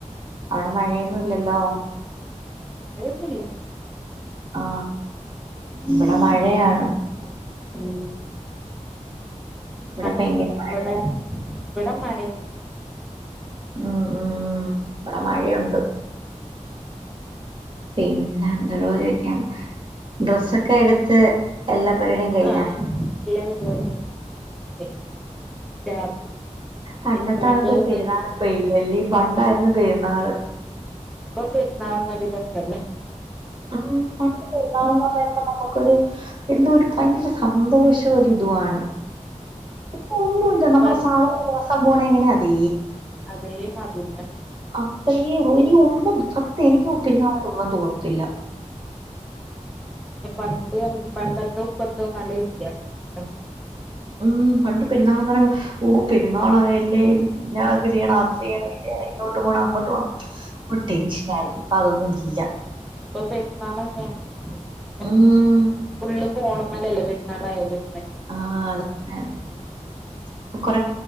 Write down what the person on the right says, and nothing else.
അവിടെ മഴയൊന്നുംല്ലല്ലോ
ആ ഇവിടെ മഴയാണ്
ഇവിടെ
ഭയങ്കര മഴ
ഉം ഉം ഇവിടെ മഴയുണ്ട് പിന്നെ എന്ത ഡ്രസ്സൊക്കെ കെട് ത്ത് എല്ലാ പരുവാടിം കഴിഞ്ഞാ
പണ്ടത്താണൊക്കെ
ഒരു
പെരുന്നാൾ ഇപ്പ ഇല്ലല് പണ്ടായിരുന്നു പെരുന്നാള്.
ആ പണ്ട് പെരുന്നാളന്ന് പറയുമ്പോ നമുക്കൊരു എന്തൊരു- ഭയങ്കര സന്തോഷം ഒരിതാ ണ്‌ ഇപ്പ ഒന്നുമില്ല
നമ്മുടെ സാധാരണ ദിവസം പോണ എങ്ങനെ അതെ
അത്രയേ ഉള്ളൂ എനി ഒന്നും സത്യം എനിക്ക് പെരുന്നാളായിട്ടു ഒന്നും തോന്നത്തില്ല.
ഉം പണ്ട് പെരുന്നാളന്നരം ഊ പെരു ന്നാളായല്ലേ ഇഞ് അതു ചെയ്യണം അത് ചെയ്യ ഇങ്ങോട്ട് പോണം അങ്ങോട്ട് പോണം ടെൻഷൻ ആയിരുന്നു പ്പം അധോന്നും ല്ല
ഉം
ആ അതന്നെ ഇപ്പം കൊറെ